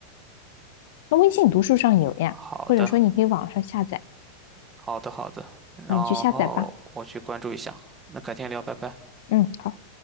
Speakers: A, on the left; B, on the right.
A: 那微信读书上有呀，
B: 好的，
A: 或者说你可以网上下载
B: 好的，好的。然后我去关注一下。
A: 啊，你去下载吧。
B: 那改天聊，拜拜。
A: 嗯，好。